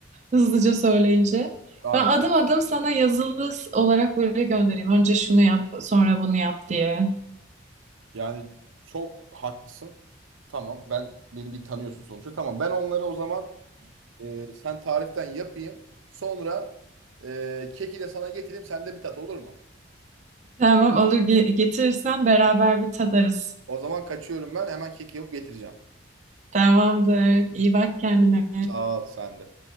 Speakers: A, on the right; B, on the right.
A: hızlıca söyleyince.
B: Abi
A: Ben adım adım sana yazılı s- olarak böyle göndereyim. Önce şunu yap, sonra bunu yap diye.
B: Yani çok haklısın. Tamam ben beni bir tanıyorsun sonuçta. Tamam ben onları o zaman e, sen tariften yapayım. Sonra e, keki de sana getireyim. Sen de bir tat olur mu?
A: Tamam olur ge- getirirsen beraber bir tadarız.
B: O zaman kaçıyorum ben. Hemen kek yapıp getireceğim.
A: Tamamdır. İyi bak kendine.
B: Sağ ol sen de.